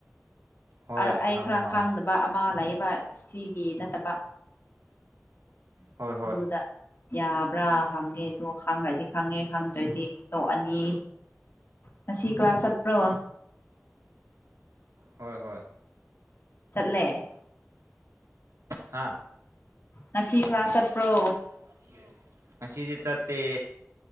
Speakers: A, on the right (about 85°); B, on the left (about 50°).
A: ꯍꯣꯏ
B: ꯑ ꯑꯩ
A: ꯍꯥꯡꯉꯣ
B: ꯈꯔꯥ
A: ꯍꯥꯡꯉꯣ
B: ꯈꯥꯡꯗ ꯕ ꯑꯃ ꯂꯩꯑꯦꯕ ꯁꯤꯒꯤ ꯅꯠꯇꯕ
A: ꯍꯣꯏ ꯍꯣꯏ
B: ꯑꯗꯨꯗ ꯌꯥꯕ꯭ꯔꯥ ꯍꯪꯉꯦ ꯑꯗꯣ ꯍꯪꯉꯗꯤ ꯈꯪꯉꯦ ꯈꯪꯗ꯭ꯔꯗꯤ ꯇꯣꯛꯑꯅꯤ ꯉꯥꯁꯤ ꯀ꯭ꯂꯥꯁ ꯆꯠꯄ꯭ꯔꯣ
A: ꯍꯣꯏ ꯍꯣꯏ
B: ꯆꯠꯂꯦ
A: ꯍꯥꯥ
B: ꯉꯁꯤ ꯀ꯭ꯂꯥꯁ
A: <unintelligible>
B: ꯆꯠꯄ꯭ꯔꯣ
A: ꯉꯁꯤꯗꯤ ꯆꯠꯇꯦ